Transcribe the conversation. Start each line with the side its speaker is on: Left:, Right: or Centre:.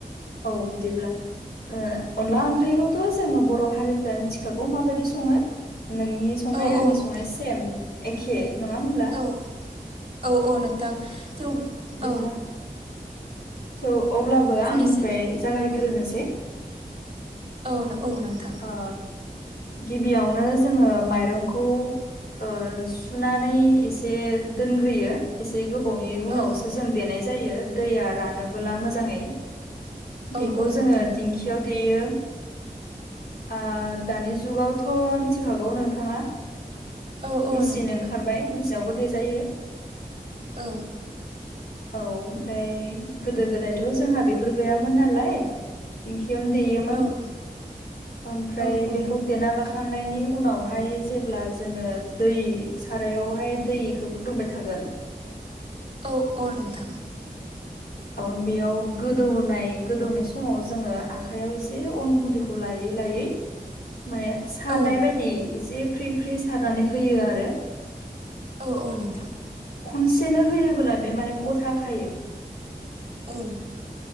Left: औ बिदिब्ला ओ अनला ओंख्रिखौथ' जोङो बर' हारिफ्रा मिथिखागौ माबायदि सङो नोंनि संनाय
Right: औ
Left: आंनि
Right: औ नोंथां
Left: संनाय सेम एखे नङा होमब्ला
Right: औ औ औ नोंथां थेव
Left: बिदिब्ला
Right: औ
Left: थ' अब्लाबो
Right: बुंनोसै
Left: आंनिफ्राय
Right: नोंथां
Left: जागायग्रोनोसै
Right: औ औ नो औ नोंथां
Left: ओ गिबियावनो जोङो माइरंखौ ओ सुनानै एसे दोनग्रोयो एसे गोबावनि उनावसो
Right: औ
Left: जों देनाय जायो दैया रानोबोला मोजांङै
Right: औ
Left: बेखौ
Right: औ
Left: जोंङो
Right: नोंथां
Left: दिंखि याव देयो ओ दानि जुगावथ' मिथिखागौ नोंथाङा
Right: औ औ
Left: मेचिन
Right: नोंथां
Left: ओंखारबाय मेचिनावबो देजायो
Right: औ
Left: औ ओमफ्राय गोदो गोदायथ' जोंहा बेफोर गैयामोन नालाय दिंखियावनो देयोमोन
Right: औ नोंथां
Left: ओमफ्राय
Right: औ औ
Left: बेखौ
Right: नोंथां
Left: देना लाख खांनायनि उनावहाय जेब्ला जोङो दै सारायावहाय दैखौ फुदुंबाय थागोन
Right: औ औ नोंथां
Left: अ बेयाव गोदौनाय गोदौनाय समाव जोङो आखाइयाव एसे अन गुन्दैखौ लायै लायै माने सारनाय
Right: औ
Left: बायदि एसे फ्रि फ्रि सारनानै होयो आरो
Right: औ औ नोंथां
Left: खनसेनो होयोबोब्ला बे माने गथ खायो
Right: औ।